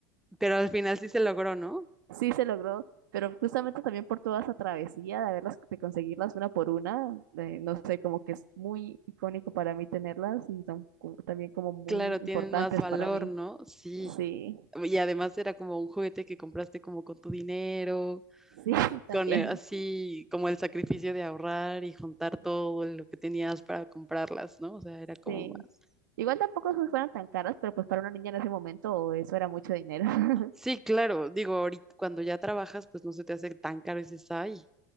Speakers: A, in the centre; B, on the right.
A: Pero al final sí se logró, ¿no?
B: Sí se logró, pero justamente también por toda esa travesía de haberlas, de conseguirlas una por una, eh, no sé, como que es muy icónico para mí tenerlas y son como- también como muy
A: Claro, tienen
B: importantes
A: más valor,
B: para mí.
A: ¿no? Sí.
B: Sí,
A: Y además era como un juguete que compraste como con tu dinero,
B: sí, <laughs> también,
A: con eh, así como el sacrificio de ahorrar y juntar todo lo que tenías para comprarlas, ¿no? O sea, era como
B: sí.
A: más.
B: Igual tampoco se fueron tan caras, pero pues para una niña en ese momento eso era mucho dinero. <laughs>
A: Sí, claro, digo, ahorita cuando ya trabajas, pues no se te hace tan caro y dices, ay,